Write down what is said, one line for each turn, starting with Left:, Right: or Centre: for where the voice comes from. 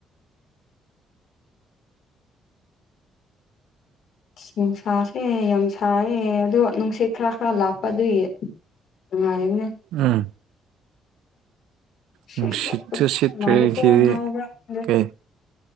Left: ꯅꯨꯡꯁꯥꯁꯦ ꯌꯥꯝ ꯁꯥꯏꯌꯦ ꯑꯗꯣ ꯅꯨꯡꯁꯤꯠ ꯈꯔ ꯈꯔ ꯂꯥꯛꯄ ꯑꯗꯨꯒꯤ ꯅꯨꯉꯥꯏꯔꯤꯅꯦ
Right: ꯎꯝ
Left: ꯁꯤꯁ
Right: ꯅꯨꯡꯁꯤꯠꯁꯨ
Left: ꯌꯥꯝ ꯇꯨꯝꯅꯤꯡꯕ
Right: ꯁꯤꯇ꯭ꯔꯦ
Left: ꯃꯥꯜꯂꯦꯀꯣ
Right: ꯁꯤꯗꯤ
Left: ꯉꯥꯎꯕ꯭ꯔꯥ ꯈꯪꯗꯦ
Right: ꯀꯩ